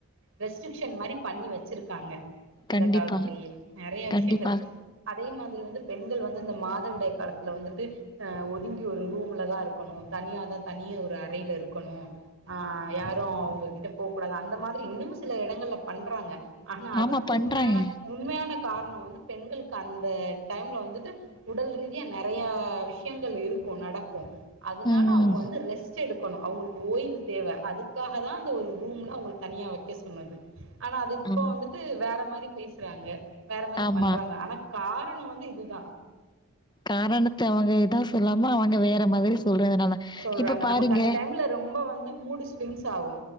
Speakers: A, on the right; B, on the left.
A: ரெஸ்ட்ரிக்ஷன் மாரி பண்ணி வச்சிருக்காங்க அந்த
B: கண்டிப்பா,
A: காலத்துலேயே நெறைய
B: கண்டிப்பா.
A: விஷயங்கள் அதே மாதிரி வந்து பெண்கள் வந்து இந்த மாதவிடாய் காலத்துல வந்துட்டு அ ஒதுங்கி ஒரு ரூம்லதா இருக்கணு தனியாதா தனியா ஒரு அறையில இருக்கணு அ யாரும் அவுங்ககிட்ட போக்கூடாது அந்த மாதிரி இன்னூமு சில எடங்கள்ல பண்றாங்க ஆனா அதுக்கு
B: ஆமா பண்றாங்க.
A: உண்மையான உண்மையான காரணம் வந்து பெண்களுக்கு அந்த டைம்ல வந்துட்டு உடல் ரீதியா நெறைய விஷயங்கள் இருக்கு நடக்கு அதுனால
B: ம்,
A: அவுங்க
B: ம்.
A: வந்து லெஸ்ட் எடுக்கணு அவுங்களுக்கு ஓய்வு தேவ அதுக்காக தா அந்த ஒரு ரூம்ல அவுங்கள தனியா வக்க சொன்னது ஆனா அது இப்போ
B: ஆ,
A: வந்துட்டு வேற மாரி பேசுறாங்க வேற மாரி
B: ஆமா.
A: பண்றாங்க ஆனாக் காரண வந்து இதுதா
B: காரணத்த அவுங்க இதா சொல்லாம அவுங்க வேற மாதிரி சொல்றதுனால
A: சொல்றாங்க
B: இப்ப பாருங்க
A: நமக்கு அந்த டைம்ல ரொம்ப வந்து மூடு ஸ்விங்ஸ் ஆகு